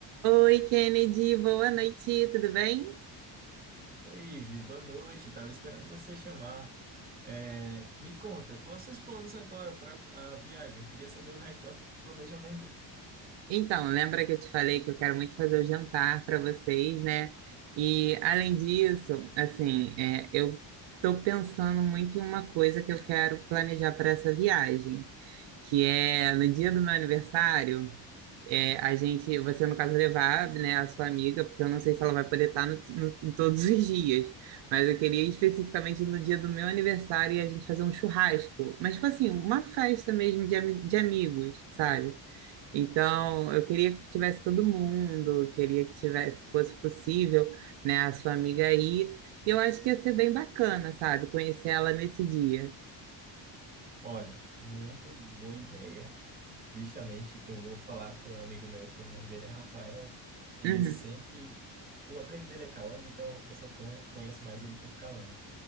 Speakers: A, on the right; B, on the right.
A: Oi, Kennedy, boa noite, tudo bem?
B: Oi, Ivi, boa noite. Tava esperando você chamar. É, me conta, quais seus planos agora para a viagem? Queria saber o resto do planejamento.
A: Então, lembra que eu te falei que eu quero muito fazer o jantar para vocês, né? E além disso, assim, é, eu estou pensando muito em uma coisa que eu quero planejar para essa viagem. que é no dia do meu aniversário, é, a gente, você no caso levar, né, a sua amiga, porque eu não sei se ela vai poder estar no, no- em todos os dias, mas eu queria ir especificamente no dia do meu aniversário e a gente fazer um churrasco, mas tipo assim, uma festa mesmo de, ami- de amigos, sabe? Então, eu queria que tivesse todo mundo, queria que tivesse, se fosse possível, né, a sua amiga aí. E eu acho que ia ser bem bacana, sabe? Conhecer ela nesse dia.
B: Olha, muito boa ideia. Justamente, eu vou falar com um amigo meu, que o nome dele é Rafael. Ele
A: Uhum,
B: sempre. O apelido dele é Calango, então o pessoal conhe- conhece mais ele por Calango.